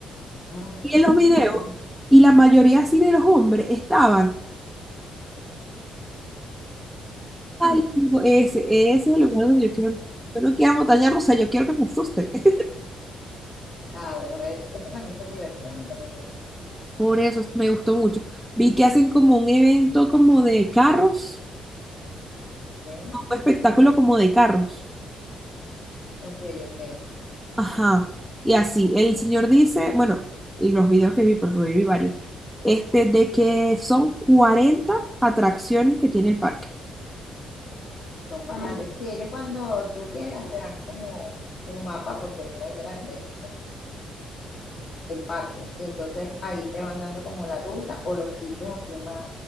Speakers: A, on the left; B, in the centre.
A: Ay,
B: Y
A: qué
B: en los videos,
A: fino.
B: y la mayoría así de los hombres estaban. Ay, digo, ese, ese es el lugar donde yo quiero. Yo no quiero montaña rusa, yo quiero que me asusten. <laughs>
A: Ah, bueno, eso, eso también son divertidas, a mí también me gusta.
B: Por eso me gustó mucho. Vi que hacen como un evento como de carros,
A: Ok,
B: un espectáculo como de carros.
A: ok, ok.
B: Ajá. Y así, el señor dice, bueno, y los videos que vi, pues lo vi varios, este, de que son cuarenta atracciones que tiene el parque.
A: Son Ah, bastantes. Sí, ellos cuando tú llegas te dan como un mapa porque es muy grande. el parque. Y entonces ahí te van dando como la ruta o los sitios así más